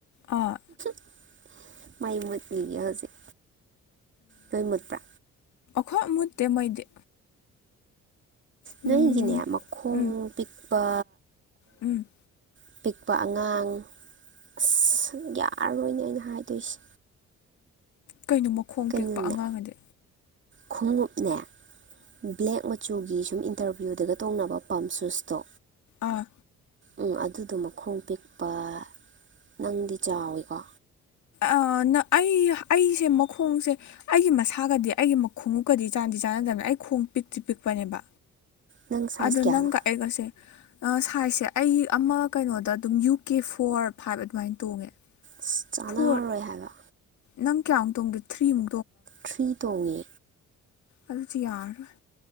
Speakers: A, on the left (about 70°); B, on the right (about 40°).
A: ꯑꯥ
B: <inaudible> ꯃꯩ ꯃꯨꯠꯂꯤꯅꯦ ꯍꯧꯖꯤꯛ ꯅꯣꯏ ꯃꯨꯠꯄ꯭ꯔꯥ
A: ꯈꯣꯏ ꯃꯨꯠꯇꯦ ꯃꯩꯗꯤ ꯎꯝ
B: ꯅꯣꯏꯒꯤꯅꯦ ꯃꯈꯣꯡ
A: ꯎꯝ
B: ꯄꯤꯛꯄ
A: ꯎꯝ
B: ꯑꯄꯤꯛꯄ ꯑꯉꯥꯡ ꯑꯁ ꯌꯥꯔꯣꯏꯅꯦ ꯑꯩꯅ ꯍꯥꯏꯗꯣꯏꯁꯦ
A: ꯀꯩꯅꯣ ꯃꯈꯣꯡ
B: ꯀꯩꯅꯣꯅꯦ
A: ꯄꯤꯛꯄ ꯑꯉꯥꯡ ꯑꯗꯤ
B: ꯈꯣꯡꯎꯞꯅꯦ ꯕ꯭ꯂꯦꯛ ꯃ ꯃ ꯆꯨꯒꯤ ꯁꯨꯝ ꯏꯟꯇꯔꯚ꯭ꯌꯨꯗꯒ ꯇꯣꯡꯅꯕ ꯄꯝ ꯁ꯭ꯨꯁꯇꯣ
A: ꯑꯥ
B: ꯎꯝ ꯑꯗꯨꯗꯣ ꯃꯈꯣꯡ ꯄꯤꯛꯄ ꯅꯪꯗꯤ ꯆꯥꯎꯋꯤꯀꯣ
A: ꯑ ꯅ ꯑꯩ ꯑꯩꯁꯦ ꯃꯈꯣꯡꯁꯦ ꯑꯩꯒꯤ ꯃꯁꯥꯒꯗꯤ ꯑꯩꯒꯤ ꯃꯈꯣꯡꯎꯞꯀꯗꯤ ꯆꯥꯟꯗꯤ ꯆꯥꯟꯅꯗꯕꯅꯤ ꯑꯩ ꯈꯣꯡ ꯄꯤꯛꯇꯤ ꯄꯤꯛꯄꯅꯦꯕ
B: ꯅꯪ ꯁꯥꯏꯖ
A: ꯑꯗꯣ ꯅꯪꯒ
B: ꯀꯌꯥꯅꯣ
A: ꯑꯩꯒꯁꯦ ꯑ ꯁꯥꯏꯖꯁꯦ ꯑꯩ ꯑꯃ ꯀꯩꯅꯣꯗ ꯑꯗꯨꯝ ꯌꯨ ꯀꯦ ꯐꯣꯔ ꯐꯥꯏꯚ ꯑꯗꯨꯃꯥꯏꯅ ꯇꯣꯡꯉꯦ
B: ꯑꯁ ꯆꯥꯟꯅꯔꯔꯣꯏ
A: ꯐꯣꯔ
B: ꯍꯥꯏꯕ
A: ꯅꯪ ꯀꯌꯥꯃꯨꯛ ꯇꯣꯡꯒꯦ ꯊ꯭ꯔꯤꯃꯨ
B: ꯊ꯭ꯔꯤ ꯇꯣꯡꯉꯦ
A: ꯑꯗꯨꯗꯤ ꯌꯥꯔꯔꯣꯏ